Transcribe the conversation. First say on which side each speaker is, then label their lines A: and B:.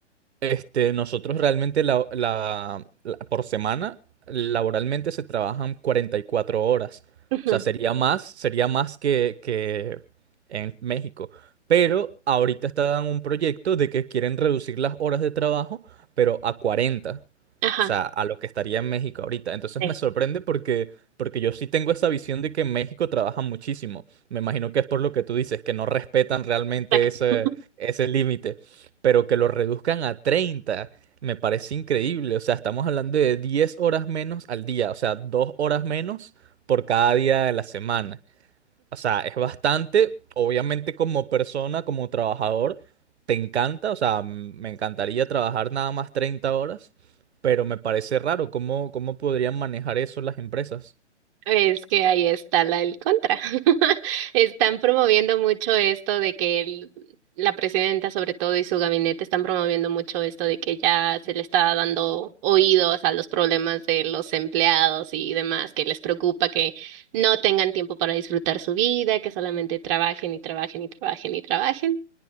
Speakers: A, on the right (about 65°); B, on the right (about 25°).
A: este, nosotros realmente la, la- la- por semana laboralmente se trabajan 44 horas.
B: Ujú.
A: O sea, sería más, sería más que, que en México. Pero ahorita están en un proyecto de que quieren reducir las horas de trabajo, pero a 40.
B: Ajá.
A: O sea, a lo que estaría en México ahorita. Entonces
B: Sí,
A: me sorprende porque, porque yo sí tengo esa visión de que en México trabajan muchísimo. Me imagino que es por lo que tú dices, que no respetan realmente
B: exacto.
A: ese, ese límite pero que lo reduzcan a 30 me parece increíble. O sea, estamos hablando de 10 horas menos al día, o sea, 2 horas menos por cada día de la semana. O sea, es bastante, obviamente como persona, como trabajador, te encanta, o sea, m- me encantaría trabajar nada más 30 horas, pero me parece raro cómo, cómo podrían manejar eso las empresas.
B: Es que ahí está la, el contra. <laughs> Están promoviendo mucho esto de que el- la presidenta, sobre todo, y su gabinete están promoviendo mucho esto de que ya se le está dando oídos a los problemas de los empleados y demás, que les preocupa que no tengan tiempo para disfrutar su vida, que solamente trabajen y trabajen y trabajen y trabajen.